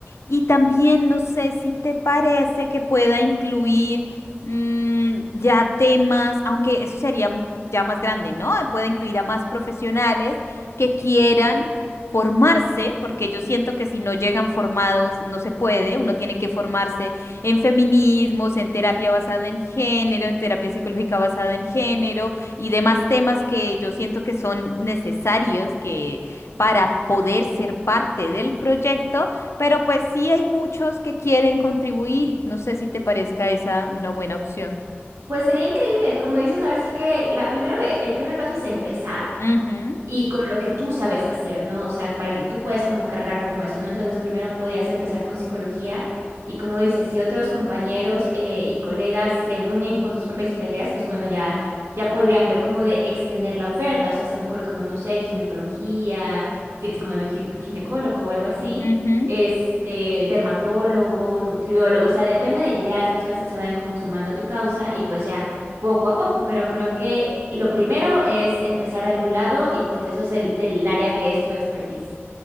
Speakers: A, on the left (about 85°); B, on the right (about 80°).
A: Y también, no sé si te parece que pueda incluir mm, ya temas, aunque eso sería m- ya más grande, ¿no? Puede incluir a más profesionales que quieran formarse, porque yo siento que si no llegan formados no se puede. Uno tiene que formarse en feminismos, en terapia basada en género, en terapia psicológica basada en género y demás temas que yo siento que son necesarios que para poder ser parte del proyecto, pero pues sí hay muchos que quieren contribuir. No sé si te parezca esa una buena opción.
B: Pues sería increíble, como dices, ahora sí que la primero, eh, el primer paso es empezar
A: Ujú,
B: y con lo que tú sabes hacer, ¿no? O sea, para
A: Mm.
B: que tú puedas como cargar como eso, ¿no? Entonces, primero podrías empezar con psicología y como dices, si otros compañeros eh, y colegas se unen con sus propias especialidades, pues bueno, ya, ya podrían ver cómo de extender la oferta, o sea, se me ocurre como, no sé, ginecología, si eres como mi gine- ginecólogo o algo así.
A: ujú.
B: Este, dermatólogo, nutriólogo, o sea, depende de ya las personas que se vayan como sumando a tu causa y pues ya poco a poco, pero creo que lo primero es empezar de algún lado y pues eso es del, del área que es tu expertise.